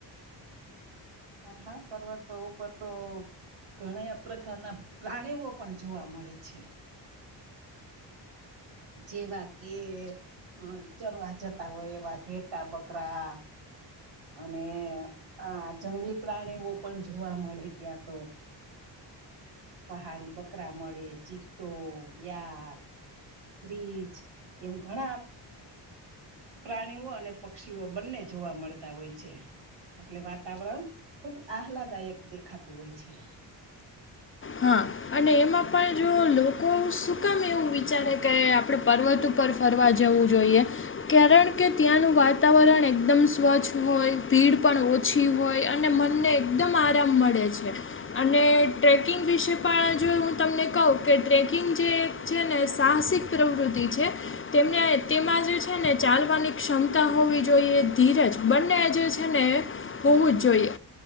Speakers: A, on the right (about 75°); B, on the left (about 30°).
A: હા, હા પર્વતતો ઉપર તો ઘણાય પ્રકારના પ્રાણીઓ પણ જોવા મળે છે. જેવા કે હન, ચરવા જતા હોય એવા ઘેટા-બકરા અને આ જંગલી પ્રાણીઓ પણ જોવા મળે ત્યાં તો. પહાડી બકરા મળે, ચિત્તો, યાક રીછ એમ ઘણા આપ પ્રાણીઓ અને પક્ષીઓ બંને જોવા મળતા હોય છે. એટલે વાતાવરણ ખુબ આહલાદાયક દેખાતું હોય છે.
B: હા, અને એમાં પણ જો લોકો શું કામ એવું વિચારે કે આપડે પર્વત ઉ પર ફરવા જવું જોઈએ. કારણ કે, ત્યાંનું વાતાવરણ એકદમ સ્વચ્છ હોય, ભીડ પણ ઓ ઓછી હોય અને મનને એકદમ આરામ મળે છે. અને ટ્રેક કિંગ વિશે પણ જો હું તમને કઉ કે, ટ્રેકિંગ જે છે ને સાહસિક પ્રવૃત્તિ છે. તેમને તેમાં જે છે ને ચાલવાની ક્ષમતા હોવી જોઈએ, ધીરજ બંને જે છે ને એ હોવું જ જોઈએ.